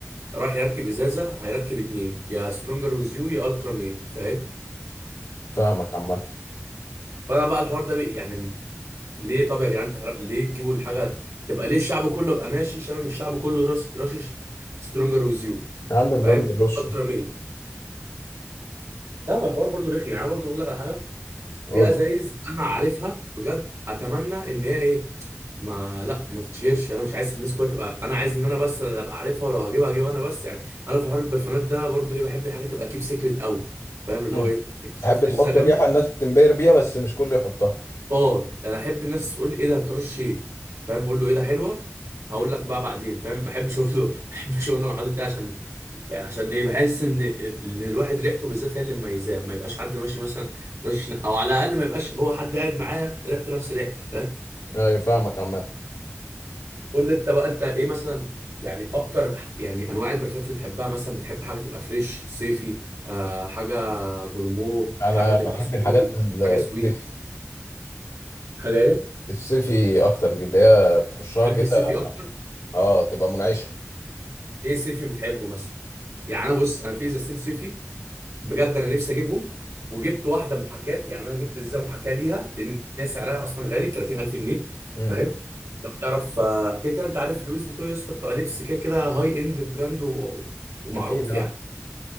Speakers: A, on the right; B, on the left.
A: رايح يركب ازازه هيركب اتنين يا سترونجر ويز يو يا الترا ميل فاهم
B: فاهمك عامة
A: فانا بقى الحوار ده بي يعني ليه طب يا جدعان تحرق ليه تجيبوا الحاجه تبقى ليه الشعب كله يبقى ماشي شامم الشعب كله راس رشش سترونجر ويز يو
B: يا عم المهم
A: فاهم
B: رشه
A: الترا ميل لا ما الحوار برضو رخي يعني انا برضو اقول لك على حاجه
B: قول
A: في ازايز
B: لي.
A: انا عارفها بجد اتمنى ان هي ايه ما لا ما تتشهرش انا مش عايز الناس كلها تبقى انا عايز ان انا بس اللي ابقى عارفها ولو هجيبها هجيبها انا بس يعني انا في حوار البرفانات ده برضو ايه بحب الحاجه تبقى كيب سيكريت قوي فاهم اللي
B: مم.
A: هو ايه اكتشفت
B: تحب
A: ازازه
B: تحط
A: جامده
B: الريحه الناس تنبهر بيها بس مش كله يحطها
A: اه انا احب الناس تقول لي ايه ده هترش ايه فاهم اقول له ايه ده حلوه هقول لك بقى بعدين فاهم ما احبش اقول له <laughs> ما احبش اقول له انا حاطط ايه عشان يعني عشان ايه بحس ان ال- الواحد ريحته بالذات هي اللي مميزاه ما يبقاش حد ماشي مثلا رش او على الاقل ما يبقاش هو حد قاعد معاه ريحته نفس ريحتي فاهم
B: اي فاهمك عامة
A: قول لي انت بقى انت ايه مثلا يعني اكتر يعني انواع البرفات اللي تحبها مثلا بتحب حاجه تبقى فريش صيفي آه حاجه جورمو
B: انا
A: حاجه تبقى
B: بحب
A: سكوري
B: الحاجات ال- الصيفي
A: حاجه سويت حاجه ايه
B: الصيفي اكتر دي اللي هي ترشها
A: تحب
B: كده
A: الصيفي اكتر
B: اه تبقى منعشه
A: ايه سيفي بتحبه مثلا يعني انا بص انا في ازازتين سيفي بجد انا نفسي اجيبهم وجبت واحده محاكاه يعني انا جبت ازازه محاكاه ليها لان هي سعرها اصلا غالي 30000 جنيه
B: امم
A: فاهم لو تعرف آه، كده كده انت عارف لويس فيتو يا اسطى بتوع لبس كده كده هاي اند براند و- ومعروف
B: اكيد اه
A: يعني